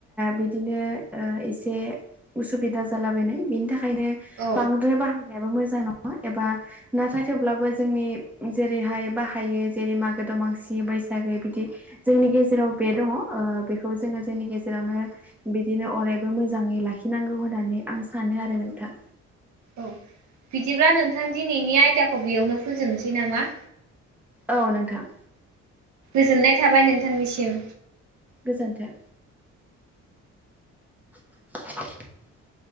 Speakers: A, in the centre; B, on the right.
A: बिदिनो एसे उसुबिदा जालाबायनाय बेनि थाखायनो
B: औ
A: बांद्राय बाहायनायाबो मोजां नङा। एबा नाथाय थेवब्लाबो जोंनि जेरैहाय बाहायो जेरै मागो दमासि बैसागै बिदि जोंनि गेजेराव बे दङ ओ बेखौ जोङो जोंनि गेजेरावनो बिदिनो अरायबो मोजाङै लाखिनांगौ होननानै आं सानो आरो नोंथां।
B: औ बिदिब्ला नोंथां दिनैनि आयदाखौ बेयावनो फोजोबनोसै नामा?
A: औ नोंथां।
B: गोजोननाय थाबाय नोंथांनिसिम।
A: गोजोन्थों। <inaudible> <unintelligible>